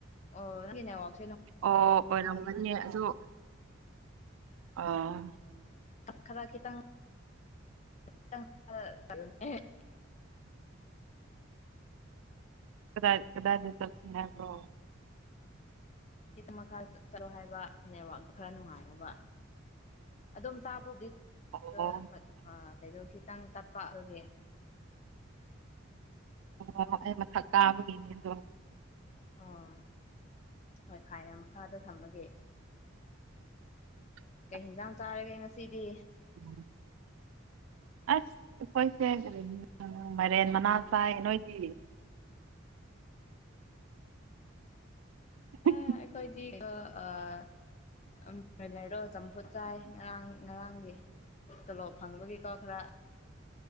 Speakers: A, on the left (about 35°); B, on the right (about 80°).
A: ꯑꯣ ꯅꯪꯒꯤ ꯅꯦꯋꯥꯛ
B: ꯑꯣ ꯑꯣꯏꯔꯝꯒꯥꯅꯤ ꯑꯗꯣ ꯑꯥ
A: ꯈꯔ ꯈꯤꯇꯪ <unintelligible>
B: ꯀꯗꯥꯏ ꯀꯗꯥꯏꯗꯤ ꯆꯠꯁꯤ ꯍꯥꯏꯕ꯭ꯔꯣ
A: ꯈꯤꯇꯪ ꯃꯈꯥ ꯆꯠꯂꯣ ꯍꯥꯏꯕ ꯅꯦꯠꯋꯥꯛ ꯈꯔ ꯅꯨꯡꯉꯥꯏꯔꯕ ꯑꯗꯨꯝ ꯇꯥꯕꯕꯨꯗꯤ
B: ꯑꯣ
A: ꯑꯗꯣ ꯀꯩꯅꯣ ꯈꯤꯇꯪ ꯇꯠꯄ ꯑꯗꯨꯒꯤ
B: ꯑꯣ ꯑꯩ ꯃꯊꯛ ꯀꯥꯕꯒꯤꯅꯦ ꯑꯗꯣ
A: ꯑꯣ ꯍꯣꯏ ꯐꯥꯏꯅ ꯃꯈꯥꯗ ꯊꯝꯃꯒꯦ
B: <inaudible>
A: ꯀꯩ ꯍꯤꯟꯖꯥꯡ ꯆꯥꯔꯒꯦ ꯉꯁꯤꯗꯤ
B: <unintelligible> ꯑꯁ ꯑꯩꯈꯣꯏꯁꯦ ꯀꯔꯤ ꯃꯥꯏꯔꯦꯟ ꯃꯅꯥ ꯆꯥꯏ ꯅꯣꯏꯗꯤ <unintelligible>
A: ꯑꯥ ꯑꯩꯈꯣꯏꯗꯤ ꯑꯥ ꯑꯥ ꯎꯝ <unintelligible> ꯆꯝꯐꯨꯠ ꯆꯥꯏ ꯉꯔꯥꯡ ꯉꯔꯥꯡꯗꯤ ꯇꯣꯂꯣꯞ ꯐꯪꯕꯒꯤꯀꯣ ꯈꯔ